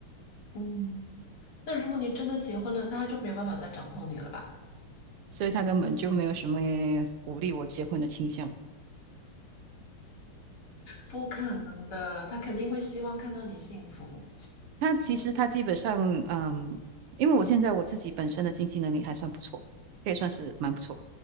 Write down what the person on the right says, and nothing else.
所以她根本就没有什么鼓励我结婚的倾向。
它其实他基本上，嗯，因为我现在我自己本身的经济能力还算不错，可以算是蛮不错。